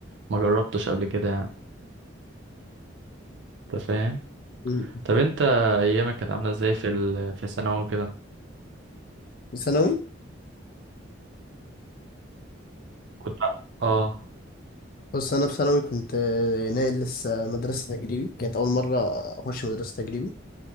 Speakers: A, on the right; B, on the left.
A: ما جربتش قبل كده يعني. انت فاهم
B: مم.
A: طب انت ايامك كانت عاملة ازاي في ال... في الثانوي كده
B: في ثانوي
A: كنت اه
B: بص انا في ثانوي كنت آه، ناقل لسه مدرسة تجريبي كانت اول مرة اخش مدرسة تجريبي